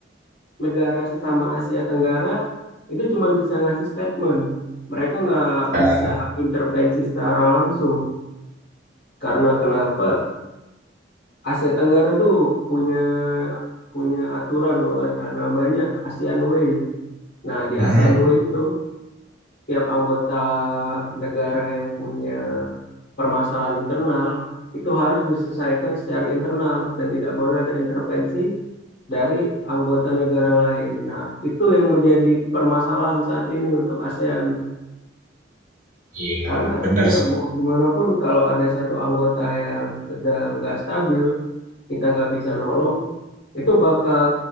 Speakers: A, on the left (about 50°); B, on the right (about 45°).
A: negara sesama Asia Tenggara itu cuma bisa ngasih statement. Mereka nggak
B: Nah,
A: bisa intervensi secara langsung. Karena kenapa? Asia Tenggara tuh punya punya aturan kalau nggak salah namanya ASEAN Way. Nah, di
B: Mm-mm.
A: ASEAN Way itu setiap anggota negara yang punya permasalahan internal itu harus diselesaikan secara internal dan tidak boleh ada intervensi dari anggota negara lain. Nah, itu yang menjadi permasalahan saat ini untuk ASEAN.
B: Iya,
A: Karena
B: benar
A: ya
B: sih.
A: mau gimana pun kalau ada satu anggota yang sedang nggak stabil, kita nggak bisa nolong, itu bakal